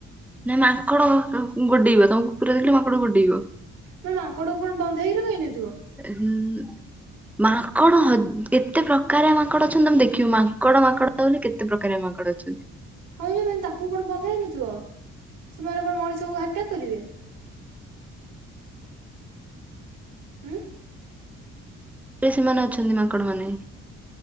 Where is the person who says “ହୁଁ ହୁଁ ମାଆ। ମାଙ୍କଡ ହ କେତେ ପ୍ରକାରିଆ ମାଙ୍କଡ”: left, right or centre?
Centre